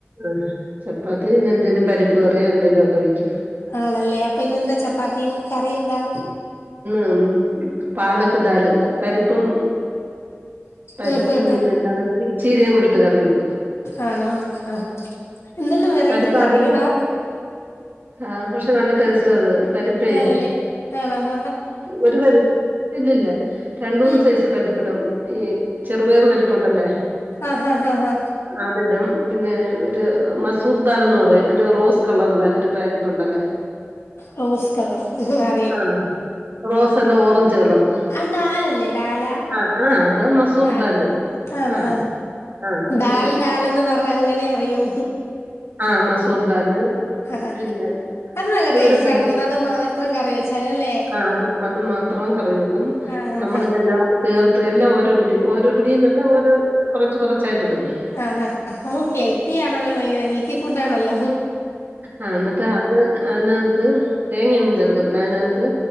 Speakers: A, on the right; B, on the left.
A: ആഹ് ചപ്പാത്തി പിന്നെ എന്തെേലും പരിപ്പ് കറിയോ എന്തേലു ഒക്കെ വെയ്ക്കും
B: ആണല്ലേ അപ്പൊ ഇന്നെന്താ ചപ്പാത്തിയും കറിയ എന്താ
A: ഉം പാലക്ക് ദാല്ണ്ട് പരിപ്പും പരിപ്പും
B: ഉം ഹും ഹും
A: പിന്നെന്താണ് ചീരയും കൂടെയിട്ട് കറിവെക്കും
B: ആണോ ആഹ് എന്തെല്ലാം വെറൈറ്റി
A: പരിപ്പ്
B: കറികളാ
A: ആദ്യം ആഹ് പക്ഷെ നല്ല ടേസ്റ്റാ അത് പരിപ്പേ
B: ആണല്ലേ ആണോ ആഹാ
A: ഒരു പരി ഇല്ലില്ല രണ്ടൂന്ന്
B: ഉം
A: സൈസ് പരു ഇടും ഈ ചെറുപയർ പരിപ്പുണ്ടല്ലേ
B: ആ ഹാ ഹാ ഹാ
A: അതിടും പിന്നെ ഒരു മസൂർദാലന്ന് പറയും ഒരു റോസ് കളറിലെ ഒരു പാരിപ്പ് ഉണ്ടല്ലേ
B: റോസ്കളറ് ഉംഹും ആ
A: ആഹ് റോസ് അല്ല ഓറഞ്ച് കളറ്
B: ആ ഡാലല്ലേ ഡാല
A: ആഹ് ആഹ് അതാ മസൂർദാല്
B: ആത് ആണോ
A: ആഹ് ആഹ് അത്
B: ഡാൽ ഡാൽന്ന് പറ അങ്ങനെ അറിയോ
A: ആഹ് മസൂർദാല്
B: ഹാ
A: പിന്നെ
B: അത് നല്ല
A: തൊരുപിടി
B: ടേസ്റ്റ് ആണോ തോന്നുന്നു അത് മാത്രം കറി വെച്ചാലും അല്ലേ
A: ആഹ് അത് അത് മാത്രം കറി വെക്കും
B: ആ ഹാ
A: നമ്മളിതെല്ലാം
B: ഹാ
A: കൂടി ചേർത്ത് എല്ലാം ഓരോ പിടി ഓരോ പിടിന്നെല്ല ഓരോ കുറച്ച് കുറച്ചായിട്ട് ഇടും
B: ആഹ് ആ അപ്പം ഹെൽത്തി ആണല്ലോ ഭയങ്കര ഹെൽത്തി ഫുഡ് ആണല്ലോ
A: ആഹ് എന്നിട്ട് അത് അതിനകത്ത് തേങ്ങയൊന്നും ചേർക്കത്തില്ല അതിനകത്ത്